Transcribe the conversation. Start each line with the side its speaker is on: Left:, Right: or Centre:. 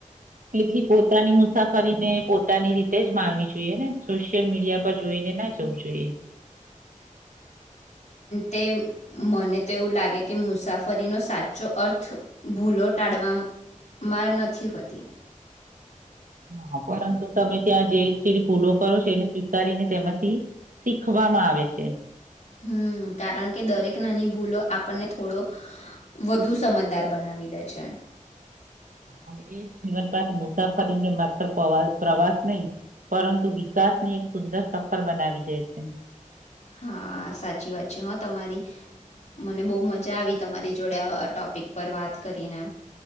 Right: તેથી પોતાની મુસાફ કરીને પોતાની રીતે જ માણવી જોઈએ ને, સોશિયલ મીડિયા પર જોઈને ના જવું જોઈએ.
Left: તે મને તો એવું લાગે કે મુસાફરીનો સાચો અર્થ ભૂલો ટાળવામ માં નથી હોતી.
Right: હ, પરંતુ તમે ત્યાં જે જેજે ભૂલો કરો છો, એને સ્વીકારીને તેમાંથી શીખવામાં આવે છે.
Left: હમ્મ, કારણ કે દરેક નાની ભૂલો આપણને થોડો વધુ સમજદાર બનાવી દે છે.
Right: અને એ જીવનપાંત મુસાફરીને માત્ર પ્રવા પ્રવાસ નહી, પરંતુ વિકાસની એક સુંદર સફર બનાવી દે છે.
Left: હા, સાચી વાત છે હા તમારી. મને બહુ મજા આવી તમારી જોડે આ ટોપિક પર વાત કરીને.